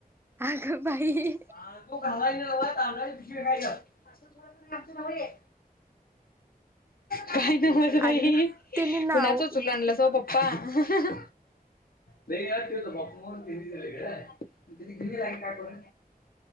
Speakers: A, on the right (about 15°); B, on the left (about 70°).
A: अगं बाई
B: तांदू खलाय नव्हे. अस आमच जवळ ये. काही ना म बाई
A: अगं तिने नाव
B: कुणाचच उचलुन आणलाच पप्पा! पाहहह्. नाही तब त ती घेलाे काय करून?